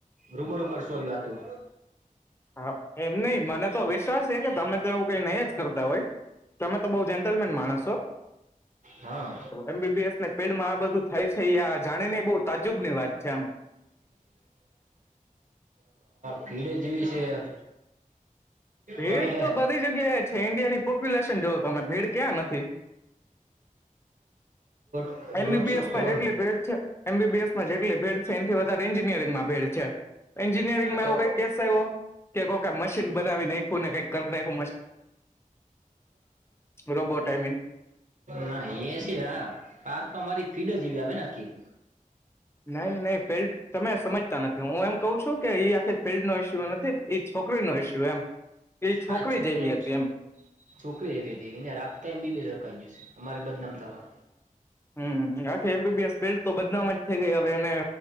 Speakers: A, on the right; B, on the left.
A: રૂબરૂ કરશું આવી વાતું.
B: હા એમ નહી મને તો વિશ્વાસ છે કે તમે તો એવું કઈ નહી કરતા હોય તમે તો બ જેન્ટલમેન માણસો
A: હા
B: એમબીબીએસ ફીડમાં આ બધું થાય છે જાણીને બ તાજુબની વાત છે આમ.
A: ભીડે જેવી છે.
B: ભીડ
A: તમે.
B: તો બધી જગ્યાએ છે ઈન્ડિયાની પોપ્યુલેશન જોવો તમે ભીડ ક્યાં નથી
A: <inaudible>
B: એમબીબીએસમાં
A: કરોડ
B: જેટલી ભેડ છે એમબીબીએસમાં જેટલી ભેડ છે એથી વધારે એન્જિનિયરંગમાં ભેડ છે એન્જિનિયરિંગમાંવું
A: તો
B: કઈ કેસ આવ્યો કે કઈ મશીન બનાવી નાખ્યું ને કઈ કરી નાખું. રોબોટ આઈ મીન
A: ના એસી હ પા મારી ફીડ જેવી આવેને આખી
B: નહી નહી ફેલ તમે સમજતા નથી હું એમ કઉ છું કે એ આખી ફિલ્ડ નો ઇસ્યુ નથી એ છોકરીનો ઇસ્યુ એમ એ છોકરી
A: હા, છોકરીયા
B: જેવી હતી
A: જ
B: એમ
A: છોકરી એવી હતી એને રાખતા બી બેસી રખાઈ ગઈ અમારે બદનામી થવા.
B: હમ્મ હમ્મ <unintelligible> એમ બી બી એસ ફેલ તો બદનામ જ થઈ ગઈ હવે એને